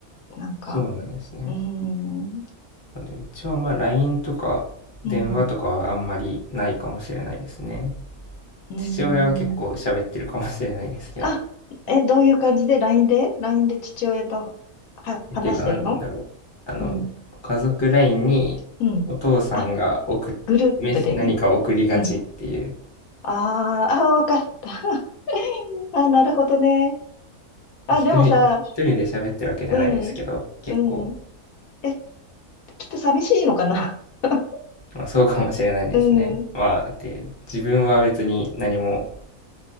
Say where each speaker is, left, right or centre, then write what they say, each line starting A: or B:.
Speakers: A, on the left; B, on the left.
A: なんか、
B: そうなんですね。
A: うーん、
B: でうちはまあま LINE とか電話とかはあんまりないかもしれないですね。
A: うん、うー
B: 父親は結構喋ってるかもしれないですけど、
A: ん。あ、
B: <laughs> っ
A: え、どういう感じで ?LINE で ?LINE で父親とは話してるの
B: ていうか、なんて言うんだろう。あの、
A: うん、
B: 家族 LINE にお父さんが送っ、
A: うん。あ、グループでね。
B: メス何かを送りがちっていう、
A: うん。あーあー、わかった。<laughs> あ、なるほどね。あ、
B: まあ一人、
A: でもさ、
B: 一人で喋ってるわけではないですけど、
A: うん、
B: 結構、
A: うん。え、きっと寂しいのかな <laughs>
B: まあそうかもしれないですね。
A: うん、
B: まあ、だって自分は別に何も